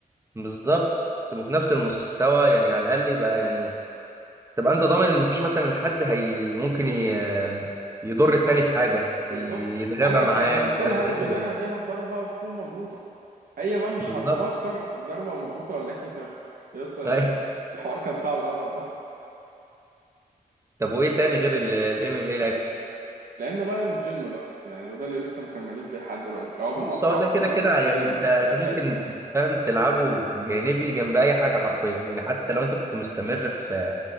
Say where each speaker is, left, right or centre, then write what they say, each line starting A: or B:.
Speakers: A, on the right (about 20°); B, on the right (about 65°).
A: بالظبط تبقوا في نفس المستوى يعني على الاقل يبقى يعني تبقى انت ضامن ان مفيش مثلا حد هي ممكن ي... يضر التاني في حاجه
B: بالظبط
A: ي- يتغابى
B: انا
A: معاه
B: ك- انا كان
A: مش
B: كل
A: عارف
B: هدفي
A: ايه كده
B: ان انا اديها الضربه وتكون مظبوطه هي بقى مش
A: بالظبط
B: هتفكر ضربه مظبوطه ولا ايه <laughs> يا اسطى
A: <laughs> أيوة.
B: يعني الحوار كان صعب قوي والله
A: طب وايه تاني غير الام ام اي لعبته
B: لعبنا بقى الجيم بقى يعني وده اللي لسه مكملين فيه لحد دلوقتي اه بنقطع
A: بص هو ده
B: وكده
A: كده كده
B: بس
A: يعني
B: هي ال-
A: انت
B: الاساس
A: ده ممكن كنت فاهم تلعبه جانبي جنب اي حاجه حرفيا يعني حتى لو انت كنت مستمر في